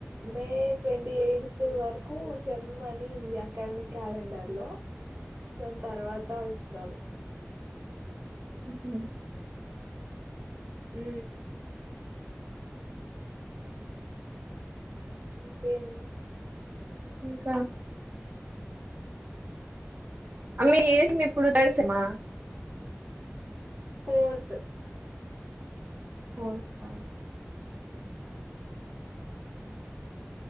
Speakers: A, on the right; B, on the right.
A: మే ట్వంటీ ఎయిత్ వరకు సెమ్ అనీ ఉంది అకాడమిక్ క్యాలెండర్ లో దాని తర్వాత ఇస్తారు
B: ఉహు
A: ఉ ఇంకేమి
B: ఇంకా అ మీ చేసిం ఇప్పుడు తడిసామా
A: ఫోర్త్
B: పోతా